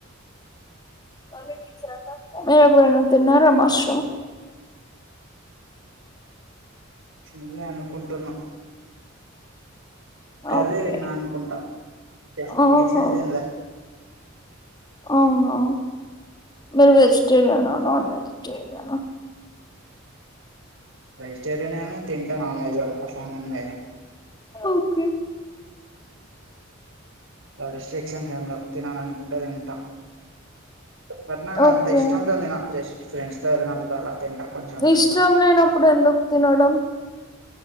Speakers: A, on the left; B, on the right.
A: <unintelligible> మీరు ఎప్పుడైనా తిన్నారా మష్
B: చిన్నగా అనుకుంటున్నా కర్రీ
A: ఓకే
B: తిన్నానుకుంటా <unintelligible> పీసెస్
A: ఓహో
B: తీసేసి తినలే
A: అవునా మీరు వెజిటేరియనా నాన్ వెజిటేరియన
B: వెజిటేరియనే గాని తింట నాన్ వెజ్ కుడా అట్ల పని ఏం లేదా
A: ఓకే
B: ఆ రిస్ట్రిక్షన్స్ ఏం లేవ్ తినాల అనుకుంటే తింటా బట్ నాక్ అంత
A: ఓకే
B: ఇష్టం తో తినా జస్ట్ ఫ్రెండ్స్ తో వెళ్లినప్పుడు అలా తింటా కొంచెం కొంచెం
A: ఇష్టం లేనప్పుడు ఎందుకు తినడం